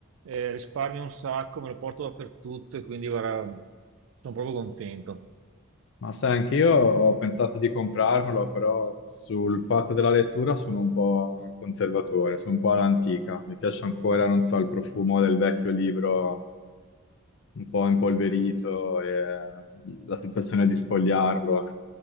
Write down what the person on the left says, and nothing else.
Ma sai, anch'io ho pensato di comprarmelo, però sul fatto della lettura sono un po' conservatore, sono un po' all'antica. Mi piace ancora, non so, il profumo del vecchio libro un po' impolverito e la sensazione di sfogliarlo.